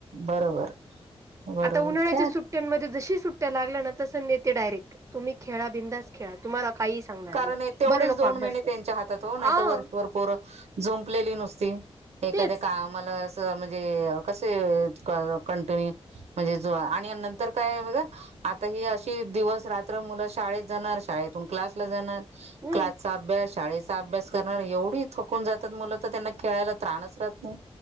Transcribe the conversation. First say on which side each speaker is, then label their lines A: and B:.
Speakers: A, on the right (about 85°); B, on the right (about 30°).
A: बरोबर बरोबर
B: आता उन्हाळ्याच्या
A: खेळ
B: सुट्ट्यांमध्ये जशी सुट्ट्या लागल्या ना तस नेते डायरेक्ट तुम्ही खेळा, बिनधास्त खेळा, तुम्हांला काहीही सांगणार
A: कारण
B: नाही.
A: हे तेवढेच
B: बरं नको
A: दोन
B: अभ्यास
A: महिने
B: करू
A: त्यांच्या हातात हो नाहीतर
B: आ
A: वर्षभर पोरं जुंपलेली नुसती एखाद्या
B: तेच
A: कामाला असं म्हणजे की कसं हे कंटुनी म्हणजे नंतर काय हाय बघा आता ही ही अशी दिवस-रात्र मुलं शाळेत जाणार, शाळेतून क्लासला जाणार,
B: हम्म
A: क्लासचा अभ्यास शाळेचा अभ्यास करणार एवढी थकून जातात मुलं तर त्यांना खेळायला त्राणच राहत नाही.